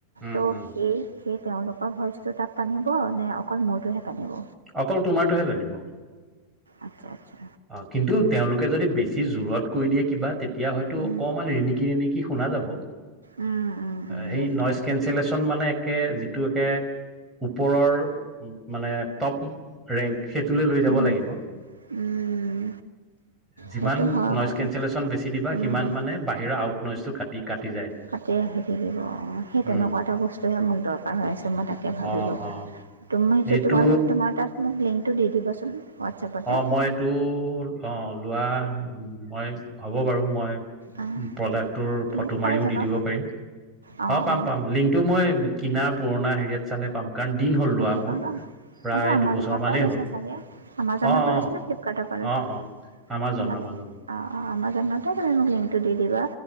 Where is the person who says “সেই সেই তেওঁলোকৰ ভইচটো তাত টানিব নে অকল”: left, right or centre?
Right